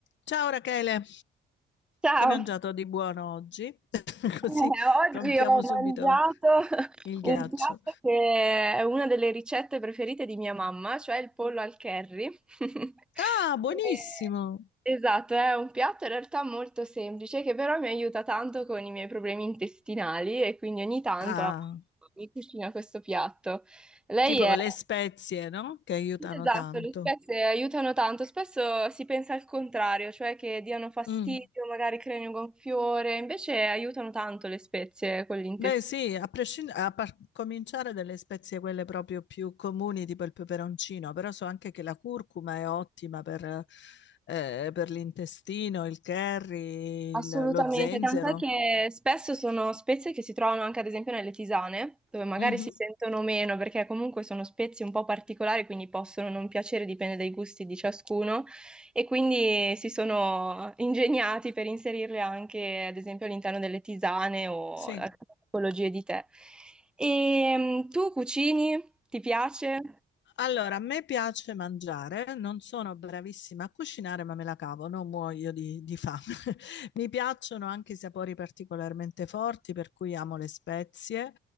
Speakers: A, on the left; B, in the centre.
A: Ciao Rachele,
B: Ciao,
A: che hai mangiato di buono oggi? <laughs> Così
B: Eh, oggi
A: rompiamo
B: ho mangiato
A: subito
B: <laughs>
A: il
B: un
A: ghiaccio.
B: piatto che è una delle ricette preferite di mia mamma, cioè il pollo al curry. <laughs>
A: Ah, buonissimo!
B: Eh, Esatto, è un piatto in realtà molto semplice che però mi aiuta tanto con i miei problemi intestinali e quindi ogni tanto
A: Ah,
B: mi cucina questo piatto. Lei
A: tipo
B: è
A: le spezie, no? Che aiutano
B: sì, Esatto,
A: tanto.
B: le spezie aiutano tanto, spesso si pensa al contrario, cioè che diano fastidio,
A: Mm.
B: magari creino un gonfiore, invece aiutano tanto le spezie con l'intestino.
A: Beh, sì, a prescind- a par- cominciare dalle spezie quelle proprio più comuni, tipo il peperoncino, però so anche che la curcuma è ottima per, eh, per l'intestino, il curry,
B: Assolutamente,
A: il- lo zenzero.
B: tant'è che spesso sono spezie che si trovano anche ad esempio nelle tisane, dove magari
A: Mhm,
B: si sentono meno perché comunque sono spezie un po' particolari, quindi possono non piacere, dipende dai gusti di ciascuno, e quindi si sono ingegnati per inserirle anche ad esempio all'interno delle tisane o
A: Sì.
B: altre tipologie di tè. E mm, tu cucini? Ti piace?
A: Allora, a me piace mangiare, non sono bravissima a cucinare, ma me la cavo, non muoio di, di fame. <laughs> Mi piacciono anche i sapori particolarmente forti, per cui amo le spezie.